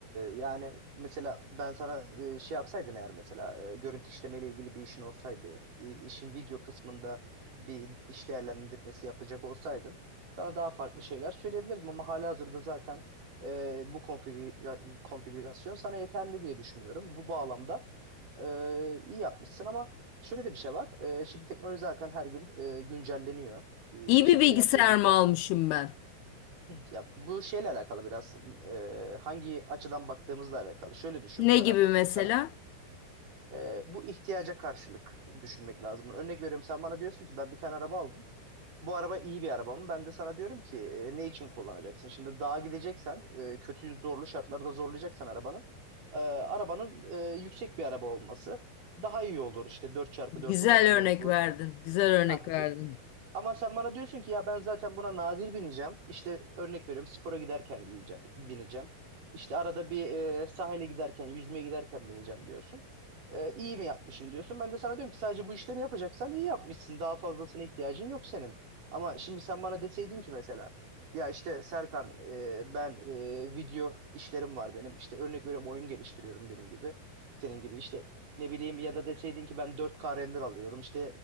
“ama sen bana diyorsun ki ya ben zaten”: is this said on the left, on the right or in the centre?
Right